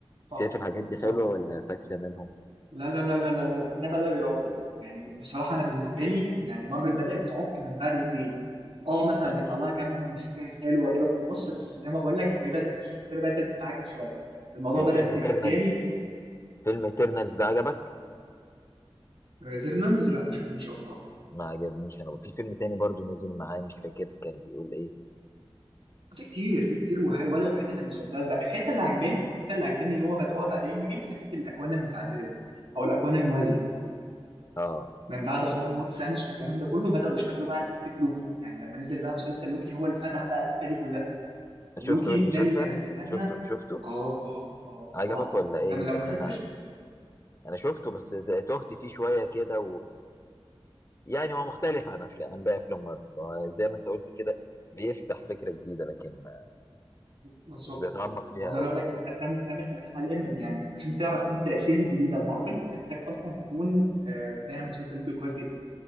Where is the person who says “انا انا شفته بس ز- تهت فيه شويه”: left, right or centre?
Left